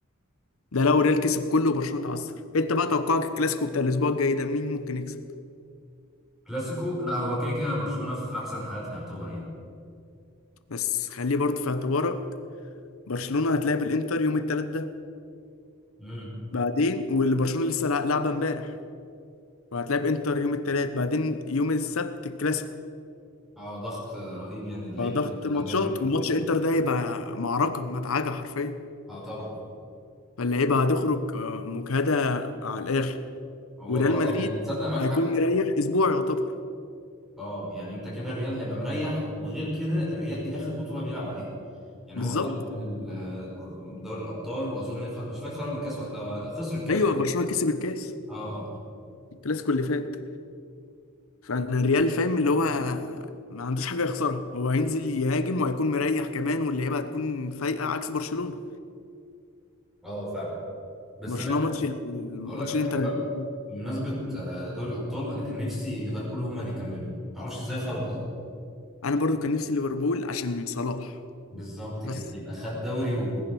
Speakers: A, on the left; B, in the centre.
A: ده لو الريال كسب كله وبرشلونه اتعثر انت بقى توقعك الكلاسيكو بتاع الاسبوع الجاي ده مين ممكن يكسب
B: كلاسيكو لا هو كده كده برشلونة في احسن حالاتها يعتبر يعني
A: بس خليه برضه في اعتبارك برشلونه هتلاعب الانتر يوم التلات ده
B: امم
A: بعدين واللي برشلونه لسه لع- لعبه امبارح وهتلعب انتر يوم الثلاث بعدين يوم السبت الكلاسيكو
B: اه ضغط رهيب يعني اللعيبه
A: فضغط
B: هتبقى
A: ماتشات
B: تعبانه جدا
A: والماتش انتر ده هيبقى معركة مدعكة حرفيا
B: اه طبعا
A: فاللعيبة هتخرج آه، مجهدة على الآخر
B: هو
A: وريال
B: اه
A: مدريد
B: يعني هتصدق معاك
A: هيكون
B: حق
A: مريح أسبوع يعتبر
B: اه يعني انت كده الريال هيبقى مريح وغير كده الريال دي اخر بطوله بيلعب عليها يعني
A: بالظبط
B: هو خرج من ال- آه، من دوري الابطال واظن خ- مش فاكر خرج من الكاس ولا لا هو خسر الكاس
A: أيوه برشلونة كسب الكاس
B: اه اه
A: الكلاسيكو اللي فات فأنا الريال فاهم اللي هو ما عندوش حاجة يخسرها هو هينزل يهاجم وهيكون مريح كمان واللعيبة هتكون فايقة عكس برشلونة
B: اه اه فعلا بس
A: برشلونة
B: انا
A: ماتش الماتش
B: اقول لك على
A: الانتر
B: حاجه بقى
A: هيكون-
B: بمناسبه آه، دوري الابطال انا كان نفسي ليفربول هم اللي يكملوا معرفش ازاي خرجوا
A: أنا برضو كان نفسي ليفربول عشان صلاح
B: بالظبط
A: بس
B: كده يبقى خد دوري و...